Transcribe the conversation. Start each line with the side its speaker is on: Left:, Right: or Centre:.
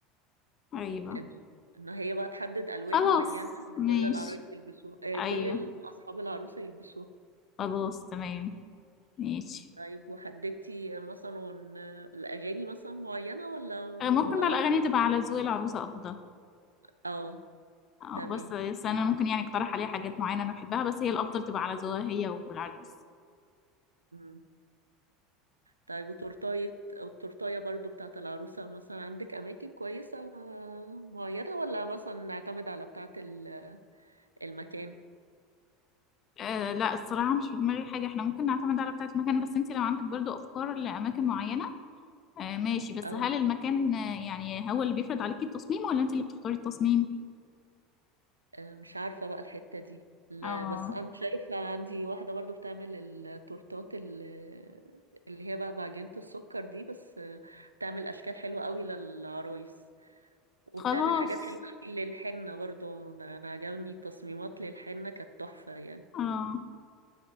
Left: ايوه
Right: ان إن هي بقى تحدد الوان
Left: خلاص
Right: معينه
Left: ماشي
Right: كل العرايس يلبسوها آه،
Left: ايوه
Right: كل ال- اصحاب العروسه يلبسوها
Left: خلاص تمام ماشي
Right: طيب وحددتي مثلا ون- الاغاني مثلا معينه ولا
Left: آه، ممكن
Right: ولا
Left: بقى الاغاني
Right: خلاص
Left: تبقى على ذوق العروسه افضل
Right: اه
Left: اه
Right: تمام
Left: بس بس انا ممكن يعني اقترح عليها حاجات معينه انا بحبها بس هي الافضل تبقى على ذوقها هي والعريس
Right: مم. طيب وتورتاية أو التورتاية برضو بتاعة العروسة مثلا عندك أماكن كويسة آه، معينة ولا مثلا نعتمد على بتاعة ال- المكان؟
Left: أه لا الصراحه مش في دماغي حاجه احنا ممكن نعتمد على بتاعه المكان بس انت لو عندك برضو افكار لاماكن معينه أه ماشي بس
Right: اه
Left: هل المكان آه، يعني هو اللي بيفرض عليكي التصميم ولا انت اللي بتختاري التصميم
Right: آه، مش عارفة بقى الحتة دي لا،
Left: اه
Right: بس أنا شايفة عندي واحدة برضو بتعمل التورتات ال- اللي هي بقى بعجينة السكر دي بس آه، بتعمل أشكال حلوة قوي للعرايس وبتعمل
Left: خلاص
Right: حاجات حلوة قوي للحنة برضو أنا أنا عجبني التصميمات للحنة كانت تحفة يعني
Left: اه